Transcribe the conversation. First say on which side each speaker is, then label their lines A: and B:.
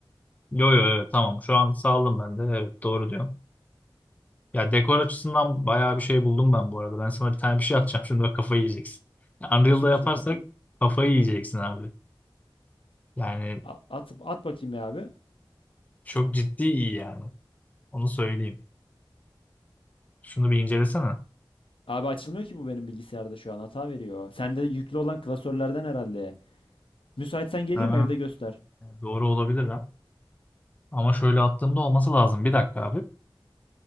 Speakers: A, on the left; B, on the left.
A: Yo yo evet tamam. Şu an sağladım ben de. Evet doğru diyorum. Ya dekor açısından bayağı bir şey buldum ben bu arada. Ben sana bir tane bir şey atacağım. <laughs> Şimdi bak kafayı yiyeceksin. Ya, Unreal'da
B: Nasıl bir
A: yaparsak
B: şey bakayım?
A: kafayı yiyeceksin abi. Yani
B: A- at, at bakayım ya abi.
A: çok ciddi iyi yani. Onu söyleyeyim. Şunu bir incelesene.
B: Abi açılmıyor ki bu benim bilgisayarda şu an hata veriyor. Sende yüklü olan klasörlerden herhalde. Müsaitsen geleyim
A: Ha,
B: mi evde göster.
A: doğru olabilir ha. Ama şöyle attığımda olması lazım. Bir dakika abi.